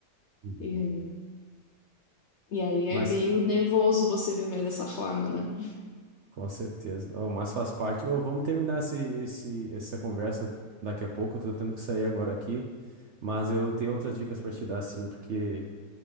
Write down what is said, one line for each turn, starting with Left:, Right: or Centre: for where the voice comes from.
Right: Uhum.
Left: ir. E aí é
Right: Mas
Left: meio nervoso você viver dessa forma, né?
Right: com certeza, oh, mas faz parte. Ô, vamos terminar esse, esse, essa conversa daqui a pouco. Eu tô tendo que sair agora aqui, mas eu tenho outras dicas para te dar, sim, porque